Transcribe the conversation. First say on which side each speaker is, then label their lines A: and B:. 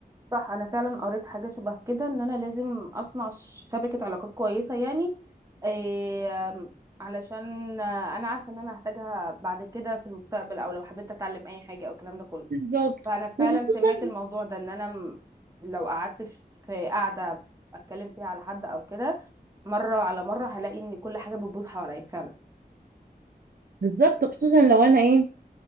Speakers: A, on the right (about 20°); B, on the right (about 65°).
A: صح انا فعلا قريت حاجة شبه كده ان انا لازم اصنع شبكة علاقات كويسة يعني إيه علشان انا عارفة ان انا هحتاجها بعد كده في المستقبل او لو حبيت اتعلم اي حاجة او الكلام ده كله
B: بالظبط
A: فانا فعلا
B: وخصوصا
A: سمعت الموضوع ده ان انا م- لو قعدت في في قاعده اتكلم فيها على حد او كده مره على مره هلاقي ان كل حاجه بتبوظ حواليا فعلا
B: بالظبط خصوصا لو انا ايه